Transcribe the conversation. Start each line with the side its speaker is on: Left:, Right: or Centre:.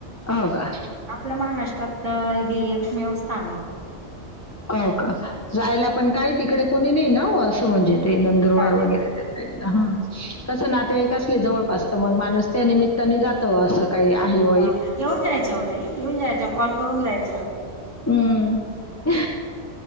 Left: हो का
Right: आपल्या महाराष्ट्रात हे एकमेव स्थाने.
Left: होका जायला पण काही तिकडे कोणी नाही ना असं म्हणजे ते नंदुरबार
Right: नातेवाईक
Left: वगैरे ते ह कसं नातेवाईक असले जवळपास तर मग माणूस त्या निमित्ताने जातं असं काही आहे
Right: हो
Left: वा
Right: ना हो ना, येऊन जायचं ओ ताई येऊन जायच कॉल करून जायचा
Left: हम्म